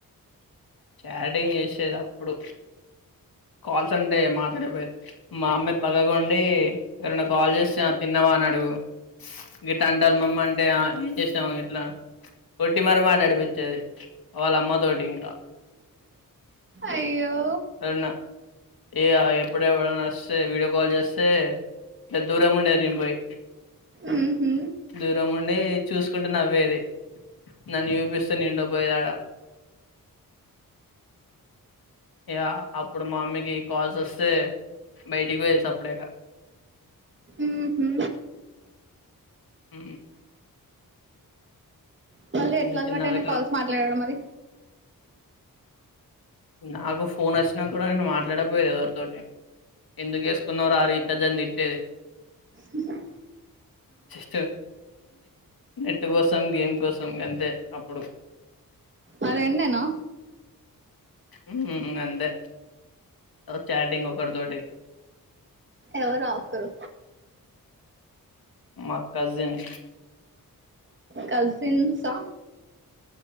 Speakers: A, on the left; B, on the right.
A: చాటింగ్ చేసేది అప్పుడు కాల్స్ అంటే మాట్లాడపోయేది మా అమ్మా పక్కకు ఉండి ఎవరైనా కాల్ చేస్తే తిన్నావా అని అడుగు గిట్ల అంటాల్లు మమ్మి అంటే ఇట్లా కొట్టి మరీ మాటలాడిపించేది వాళ్ళ అమ్మ తోటి ఇంకా
B: అయ్యో
A: అన్న ఏ ఎప్పుడు ఎప్పుడన్నా వస్తే వీడియో కాల్ చేస్తే దూరం ఉండేది నేను పోయి
B: ఉ హు
A: దూరం ఉండి చూసుకుంటూ నవ్వేది నన్ను చూపిస్తూ నేను ఉండ పోయేది అడా ఇక అప్పుడు మా అమ్మకి కాల్స్ వస్తే బయటికి పోయేది సప్పుడేక
B: ఊహూ
A: ఉ
B: మళ్ళీ
A: చిన్న
B: ఎట్లా అలవాటు
A: చిన్నగా
B: అయినావు
A: ఇట్లా
B: కాల్స్ మాట్లాడడం అది
A: నాకు ఫోన్ వచ్చినా కూడా నేను మాట్లాడకపోయది ఎవరితోటి ఎందుకు వేసుకున్నార ఆ రీఛార్జ్ అని తిట్టేది
B: ఉ హు
A: జస్ట్ నెట్ కోసం గేమ్ కోసం గంతే అప్పుడు
B: ఆ రెండేనా
A: ఉ గంతే చాటింగ్ ఒకరీతోటి
B: ఎవరు ఆ ఒకరు
A: మా కజిన్
B: కజిన్సా